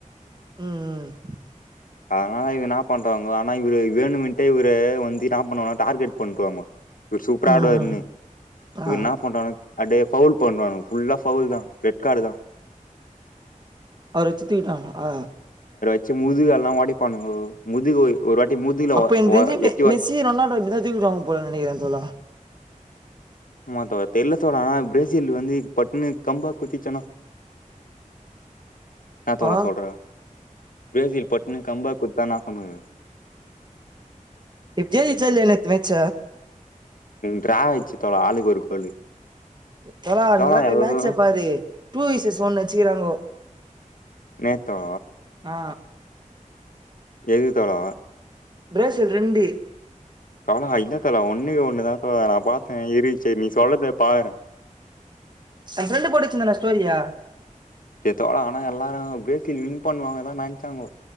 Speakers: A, on the right; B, on the left.
A: ம் ம்
B: அதனால இவர் என்னா பண்றாங்கோ ஆனா இவரு வேணு மின்ட்டே இவரு வந்து என்ன பண்ணுவனா டார்கெட் பண்ட்டுவாங்கோ இவரு சூப்பரா
A: ம்
B: ஆடுவார்
A: ம்
B: இனி
A: ஆ
B: இ என்ன பண்வாரு அடியே பவுல் பண்றாங்க புல்லா பவுல் தா ரெட் கார்டு தா
A: அவர வச்சி தூக்கிட்டாங்களா
B: அச்சி முதுக எல்லா வொடிப்பானுங்கா முதுகு ஒரு வாட்டி முதுகுல
A: அப்போ
B: ஒ
A: எனக்
B: ஒ
A: தெரிஞ்சி‌
B: எட்டி ஒ
A: மெஸி ரொநால்டோ அப்டிதா தூக்கிடுவாங்க போல நினைக்கிறே தோழா
B: ஆமா தோழா தெரில தோழா ஆனா பிரேசில் வந்து பட்டுன்னு கம்பா குத்திச்சன்னா ன்ன தோ‌ழா
A: ஆ
B: சொல்றே பிரேசில் பட்ன்னு கம்பாக்குத்தா எனபண்ணுவ
A: இப்ப ஜெய்ச்சுசா இலநேத்து மேட்ச்ச
B: டிரா ஆச்சு தோழரே ஆளுக்கு ஒரு கோலு
A: தோலா
B: தோழா
A: நல்லாபோய்
B: எல்லா
A: மேட்சபீபோயி பாரு டூ வீசஸ் ஒன்னு வச்சக்கிறாங்கோ
B: நேத்தா
A: ஆ
B: எது தோழு
A: பிரேசில் ரெண்டு
B: தலா இல்ல தலா ஒண்னே ஒண்ணுதா த நா பாத்த இரு சரி நீ சொல்லத பாக்குறேன்
A: எ ஃபிரண்டுபோட்டுச்சிருந்த ஸோரி ஸோரி ரிய
B: எதோ ஆனா எல்லாரு ப்ரேசில் வின் பண்ணுவாங்கதா நினைச்சாஙகோ